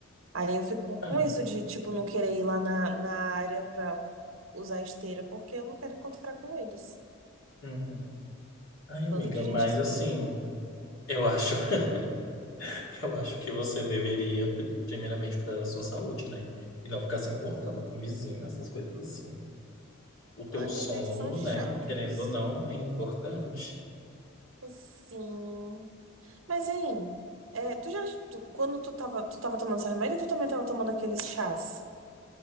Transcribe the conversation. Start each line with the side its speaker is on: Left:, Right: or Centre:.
Right: Aí eu fico com
Left: Ah,
Right: isso de, tipo, não querer ir lá na, na área pra usar esteira, porque eu não quero encontrar com eles.
Left: uhum. Ai,
Right: Bando
Left: amiga,
Right: de
Left: mas
Right: gente escrota.
Left: assim. Eu acho, <laughs> eu acho que você deveria, pri- primeiramente, cuidar da sua saúde, né? E não ficar se importando com o vizinho, essas coisas assim. O teu
Right: Ai,
Left: sono,
Right: mas eles são chatos.
Left: né? Querendo ou não, é importante.
Right: Sim. Mas, hein, é, tu já, tu- quando tu tava, tu tava tomando seu remédio, ou tu também tava tomando aqueles chás?